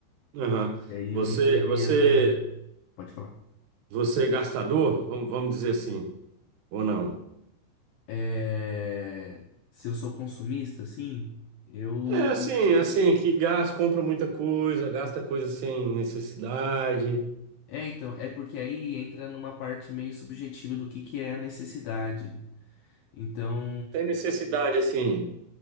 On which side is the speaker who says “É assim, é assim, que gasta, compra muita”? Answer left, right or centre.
Right